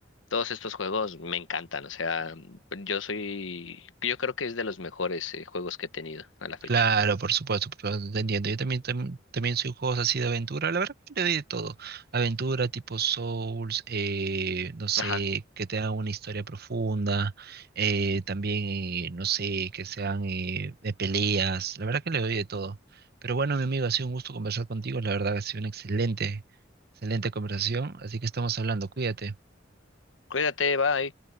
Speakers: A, on the left; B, on the right.
A: todos estos juegos me encantan, o sea, yo soy, yo creo que es de los mejores eh, juegos que he tenido a la fecha.
B: Claro, por supuesto, por supuesto, te entiendo. Yo también, tam- también soy juegos así de aventura. La verdad que le doy de todo. Aventura tipo Souls, eh, no sé,
A: Ajá.
B: que te hagan una historia profunda. eh, también, eh, no sé, que sean eh, de peleas. La verdad que le doy de todo. Pero bueno, mi amigo, ha sido un gusto conversar contigo. La verdad, ha sido una excelente, excelente conversación. Así que estamos hablando. Cuídate.
A: Cuídate, bye.